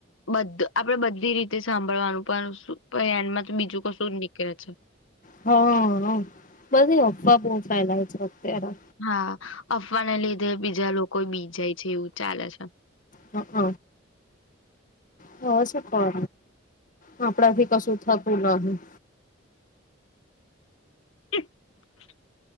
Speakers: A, on the left (about 80°); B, on the left (about 40°).
A: બધ આપડે બધી રીતે સાંભળવાનું પણન <unintelligible> બીજું કશું નીકળે છે.
B: હા.. અ.. બધે અફવા બહ ફેલાય છે. અત્યારે
A: હા. અફવાને લીધે બીજા લોકો બી જાય છે એવું. ચાલે છે.
B: હ.. હ.. હોજ કો <unintelligible> આપણાથી કશું થતુ નહી.
A: હ <unintelligible>